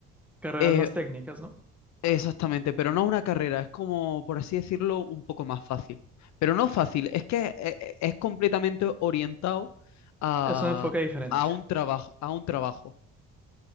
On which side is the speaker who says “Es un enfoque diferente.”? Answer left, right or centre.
Centre